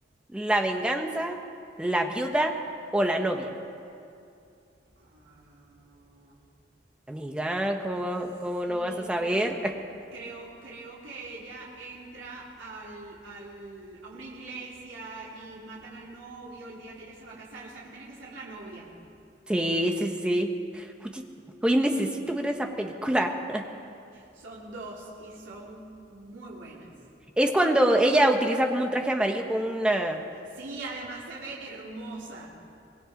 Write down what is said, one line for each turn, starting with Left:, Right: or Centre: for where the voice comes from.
Centre: la venganza, la viuda o la novia.
Right: Ah,
Centre: Amiga, ¿cómo, va-
Right: sí,
Centre: cómo no vas a saber?
Right: creo. Creo, creo que ella entra al, al, a una iglesia y matan al novio el día que ella se va a casar. O sea, que tiene que ser la novia.
Centre: Sí, sí, sí. sí. Oye, oye, necesito ver esa película.
Right: Son dos y son muy buenas.
Centre: Es cuando ella utiliza como un traje amarillo con una...
Right: Sí, además se ve hermosa.